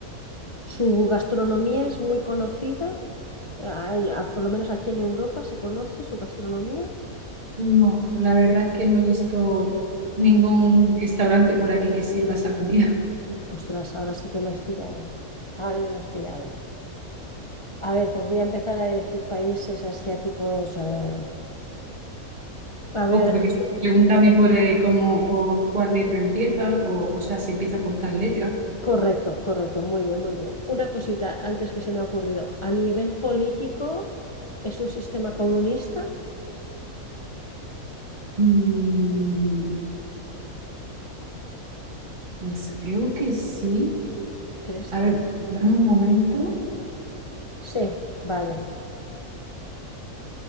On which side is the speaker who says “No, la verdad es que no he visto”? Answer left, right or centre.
Right